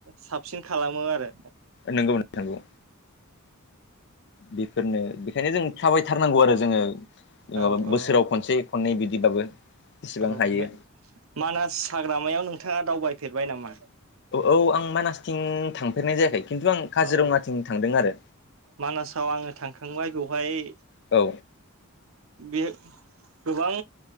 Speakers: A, on the right; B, on the left.
A: साबसिन खालामो आरो
B: नोंगौ नोंथा‌ नोंगौ। बेफोरनो बेखायनो जों थाबायथारनांगौ आरो जोङो <unintelligible>
A: औ औ
B: बोसोराव खनसे खननै बिदिबाबो बेसेबां
A: औ
B: हायो
A: नों मानास हाग्रामायाव नोंथाङा दावबायफेरबाय नामा?
B: औ आं मानासथिं थांफेरनाय जायाखै। खिन्थु आं काजिरङाथिं
A: अ
B: थांदों आरो
A: मानासाव आंङो थांखांबाय बेवहाय
B: औ।
A: बे गोबां